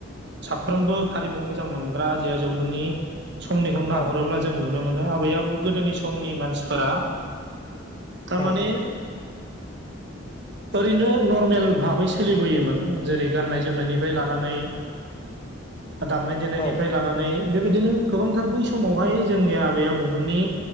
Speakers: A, on the right; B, on the left.
A: साफ्रोमबो हारिमु मोन मोजां मोनग्रा जि आजै आजौमोननि समनिखौ
B: औ
A: नाहरोब्ला जों नुनो मोनो आबै आबौ गोदोनि समनि मानसिफोरा थारमाने
B: औ <inaudible>
A: ओरैनो नर्मेल भाबै सोलिबोयोमोन जेरै गाननाय जोमनायनिफ्राय लानानै दामनाय देनायनिफ्राय
B: औ
A: लानानै बेबायदिनो गोबांथार बै समावहाय जोंनि आबै आबौमोननि